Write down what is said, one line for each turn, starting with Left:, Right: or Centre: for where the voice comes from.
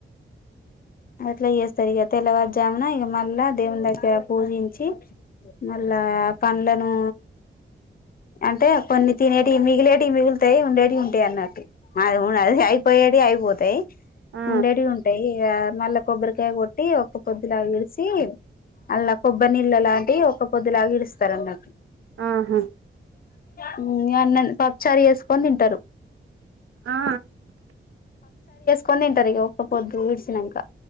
Left: అట్లా చేస్తారు. ఇగా తెల్లవారుజామున ఇగా మళ్ళా దేవుని దగ్గర పూజించి మళ్ళా పండ్లను అంటే కొన్ని తినేటియి మిగిలేటియి మిగులుతాయి ఉండేటియి ఉంటాయి అన్నట్టు అది ఒ అది ఐపోయేటియి అయిపోతయి
Right: ఆ
Left: ఉండేటివి ఉంటాయి ఇగా మళ్ళా కొబ్బరికాయ కొట్టి ఒక పొద్దులాగా ఇడిసి మళ్ళ కొబ్బరి నీళ్ళ లాంటి ఒక పొద్దులాగ ఇడుస్తారు అన్నట్టు
Right: ఆహా
Left: హ్ ఎమన్నా పప్పుచారు చెస్ కొనీ తింటారు
Right: ఆ
Left: కొన్నింటరు ఇగ ఒకపొద్దు విడ్సినాంక.